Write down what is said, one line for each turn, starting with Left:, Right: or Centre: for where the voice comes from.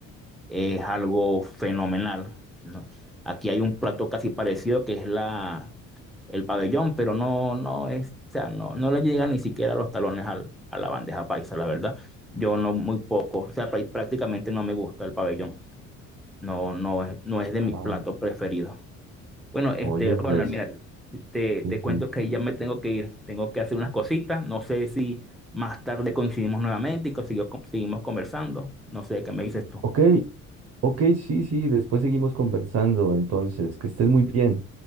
Centre: es algo fenomenal, ¿no? Aquí hay un plato casi parecido que es la, el pabellón, pero no, no es, o sea, no, no le llegan ni siquiera los talones al- a la bandeja paisa, la verdad. Yo no, muy poco, o sea, prá- prácticamente no me gusta el pabellón. No, no es, no es de
Right: Ah,
Centre: mi plato preferido. Bueno, este,
Right: oye,
Centre: Ronald,
Right: pues,
Centre: mira, te, te
Right: sí,
Centre: cuento
Right: sí.
Centre: que ya me tengo que ir, tengo que hacer unas cositas. No sé si más tarde coincidimos nuevamente y consigo- seguimos conversando. No sé qué me dices tú.
Right: Ok, ok, sí, sí, después seguimos conversando. Entonces, que estés muy bien.